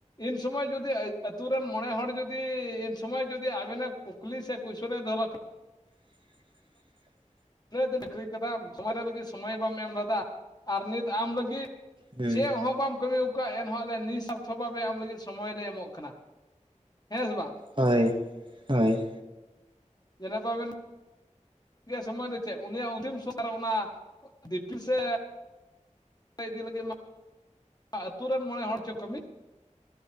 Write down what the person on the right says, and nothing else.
<unintelligible>
ᱦᱮᱸ
ᱦᱳᱭ ᱦᱳᱭ